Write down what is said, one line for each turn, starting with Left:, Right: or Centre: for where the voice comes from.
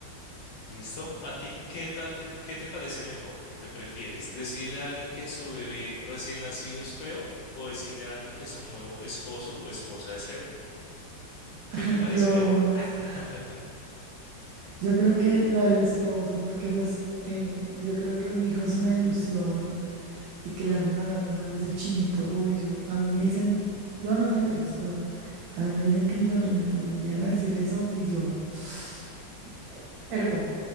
Left: Listo. ¿A ti qué tal te, qué te parece mejor o qué prefieres? ¿Decirle a alguien que su bebé recién nacido es feo o decirle a alguien que su nuevo esposo o esposa es feo?
Right: <laughs> Ay,
Left: ¿Qué te parece
Right: Dios.
Left: mejor? <laughs>
Right: Yo creo que lo del esposo, porque pues eh, yo creo que un hijo es una ilusión y que le anden hablando mal de su chinito. Uy, yo, a mí me dicen, yo no tengo hijos, pero a mí me dicen que mi sobrinito me le llegan a decir eso y yo, <sniffs> <sighs> hervo,